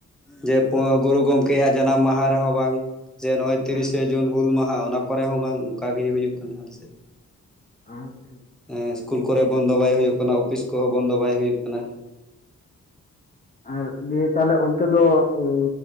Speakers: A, in the centre; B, on the left.
A: ᱡᱮ ᱜᱩᱨᱩ ᱜᱚᱝᱠᱮᱭᱟᱜ ᱡᱟᱱᱟᱢ ᱢᱟᱦᱟ ᱨᱮᱦᱚᱸ ᱵᱟᱝ, ᱡᱮ ᱱᱚᱜᱼᱚᱭ
B: ᱦᱮᱸ
A: ᱛᱤᱨᱤᱥᱮ ᱡᱩᱱ ᱦᱩᱞ ᱢᱟᱦᱟ ᱚᱱᱟ ᱠᱚᱨᱮ ᱦᱚᱸ ᱵᱟᱝ, ᱚᱱᱠᱟ ᱜᱮ ᱦᱩᱭᱩᱜ ᱠᱟᱱᱟ ᱟᱞᱮ ᱥᱮᱫ ᱫᱚ᱾
B: ᱟᱪᱪᱷᱟ᱾
A: ᱮᱸ ᱤᱥᱠᱩᱞ ᱠᱚᱨᱮ ᱵᱚᱱᱫᱚ ᱵᱟᱭ ᱦᱩᱭᱩᱜ ᱠᱟᱱᱟ, ᱚᱯᱷᱤᱥ ᱠᱚᱦᱚᱸ ᱵᱚᱱᱫᱚ ᱵᱟᱭ ᱦᱩᱭᱩᱜ ᱠᱟᱱᱟ᱾
B: ᱟᱨ ᱫᱤᱭᱮ ᱛᱟᱦᱚᱞᱮ ᱚᱱᱛᱮ ᱫᱚ ᱩᱸᱻ